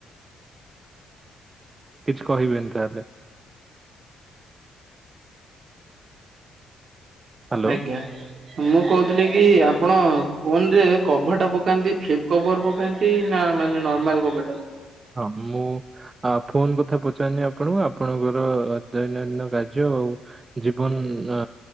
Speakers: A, on the right; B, on the right.
A: କିଛି କହିବେନି ତାହେଲେ। ହ୍ୟାଲୋ
B: ଆଜ୍ଞା, ମୁଁ କହୁଥିଲି କି ଆପଣ ଫୋନ ରେ କଭର ଟା ପକାନ୍ତି ଫ୍ଲିପ କଭର ପକାନ୍ତି ନା ମାନେ ନର୍ମାଲ କଭର ପକାନ୍ତି।
A: ହଁ ମୁଁ ଆପଣଙ୍କ କଥା ପଚାରିଲେ ଆପଣ, ଆପଣଙ୍କର ଦୈନନ୍ଦିନ କାର୍ଯ୍ୟ ଜୀବନ ଅ